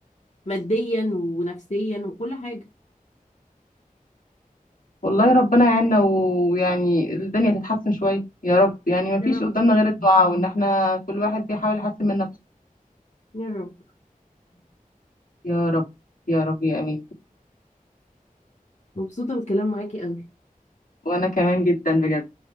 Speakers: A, on the left; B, on the left.
A: ماديا ونفسيا وكل حاجة
B: والله ربنا يعيننا ويعني الدنيا تتحسن شوية يا رب يعني ما فيش
A: يا رب
B: قدامنا غير الدعاء وإن احنا كل واحد بيحاول يحسن من نفسه
A: يا رب
B: يا رب يا رب يا أمين
A: مبسوطة بالكلام معاكي قوي
B: وأنا كمان جدا بجد